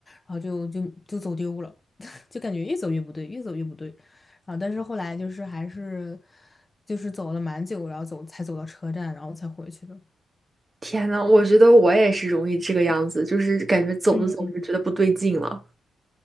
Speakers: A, on the left; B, on the right.
A: 然后就就就走丢了。就感觉越走越不对，越走越不对。然后，但是后来就是还是就是走了蛮久，然后走才走到车站，然后才回去的。
B: 天呐，我觉得我也是容易这个样子，就是感觉走着走着觉得不对劲了。
A: 嗯，